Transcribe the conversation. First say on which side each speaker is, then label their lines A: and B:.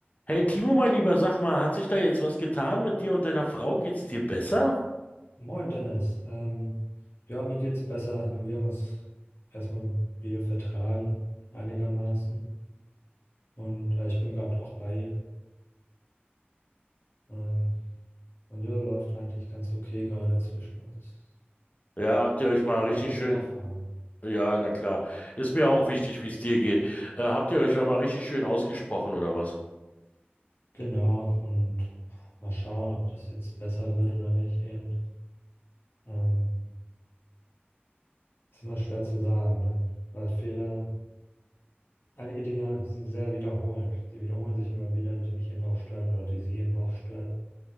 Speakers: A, on the left; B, on the left.
A: Hey Timo, mein Lieber, sag mal, hat sich da jetzt was getan mit dir und deiner Frau? Geht's dir besser?
B: Moin Dennis. Ähm, ja, mir geht's besser. Ähm, Wir haben uns erstmal wieder vertragen, einigermaßen. Und äh, ich bin gerade auch bei ihr. Ähm, und ja, läuft eigentlich ganz okay gerade zwischen uns.
A: Ja, habt ihr euch mal richtig
B: Danke der
A: schön.
B: Nachfrage.
A: Ja, na klar. Ist mir auch wichtig, wie es dir geht. Äh, habt ihr euch mal richtig schön ausgesprochen oder was?
B: Genau, und mal schauen, ob das jetzt besser wird oder nicht eben. Ähm, ist immer schwer zu sagen, ne? Weil Fehler, einige Dinge sind sehr wiederholend. Sie wiederholen sich immer wieder, die mich eben auch stören oder die sie eben auch stören.